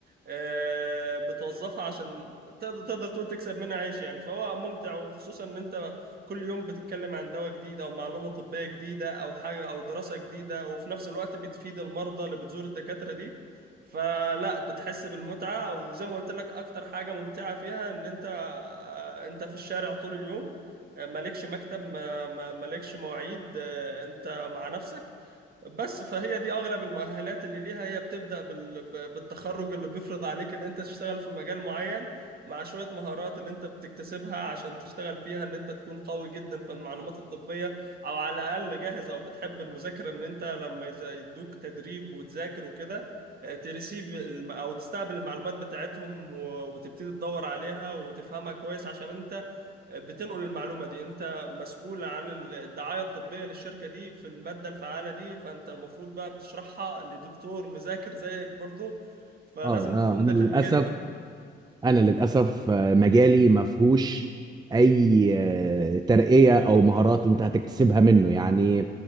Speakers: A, on the right; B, on the right.
A: آه، بتوظفها عشان تقدر تقدر تقول تكسب منها عيش يعني فهو ممتع وخصوصا ان انت كل يوم بتتكلم عن دواء جديد او معلومة طبية جديدة او حاجة او دراسة جديدة وفي نفس الوقت بتفيد المرضى اللي بتزور الدكاترة دي فلا بتحس بالمتعة وزي ما قلت لك اكتر حاجة ممتعة فيها ان انت آه، انت في الشارع طول اليوم آه، مالكش مكتب ما- ما- مالكش مواعيد آه، انت مع نفسك بس فهي دي اغلب المؤهلات اللي ليها هي بتبدا بال... ب- بالتخرج اللي بيفرض عليك ان انت تشتغل في مجال معين مع شويه مهارات اللي انت بتكتسبها عشان تشتغل فيها ان انت تكون قوي جدا في المعلومات الطبيه او على الاقل جاهز او بتحب المذاكره ان انت لما يز- يدوك تدريب وتذاكر وكده آه، تريسيف الم- او تستقبل المعلومات بتاعتهم و- وتبتدي تدور عليها وتفهمها كويس عشان انت آه، بتنقل المعلومه دي انت انت مسؤول عن الدعايه الطبيه للشركه دي في الماده الفعاله دي فانت المفروض بقى بتشرحها لدكتور مذاكر زيك برضه فلازم
B: اه
A: تكون
B: آه، انا
A: دقيق
B: للاسف
A: جدا
B: انا للاسف آه، مجالي ما فيهوش اي آه، ترقيه او مهارات انت هتكتسبها منه يعني